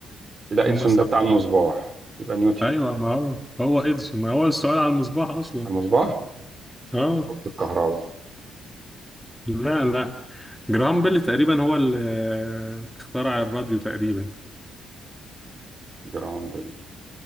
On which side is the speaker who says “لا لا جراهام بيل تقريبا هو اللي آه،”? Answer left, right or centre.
Centre